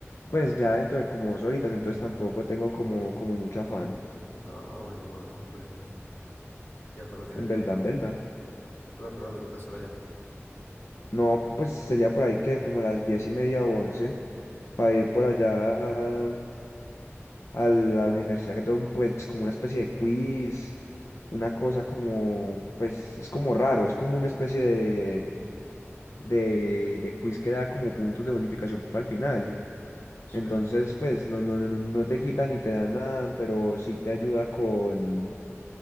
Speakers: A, on the left (about 70°); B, on the left (about 50°).
A: pues ya dentro de como dos horitas, entonces tampoco tengo como, como mucho afán,
B: Ah, bueno, mano, breve, breve. ¿Y ahora tienes
A: en
B: que
A: verdad,
B: ir o
A: en verdad.
B: qué? Pues ahora le toca estar allá.
A: No, pues sería por ahí que como las diez y media o once, para ir por allá a la universidad que todo un, pues como una especie de quiz, una cosa como, pues es como raro, es como una especie de, de, de quiz que da como puntos de bonificación para el final.
B: Sí.
A: Entonces, pues no, no, no, no no te quita ni te da nada, pero sí te ayuda con,